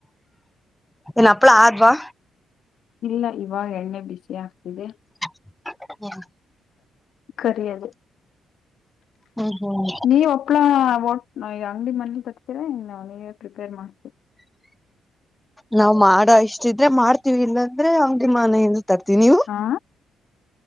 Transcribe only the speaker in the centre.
ಇನ್ ಅಪ್ಳ ಆದವಾ
ಹಾ <inaudible>
ಹ್ಮ್ ಹ್ಮ್
ನಾವವು್ ಮಾಡ ಇಷ್ಟಿದ್ರೆ ಮಾಡ್ತೀವಿ ಇಲ್ಲಾಂದ್ರೆ ಅವಗೆ ಮನ ಇ ತರ್ತೀ ನೀವು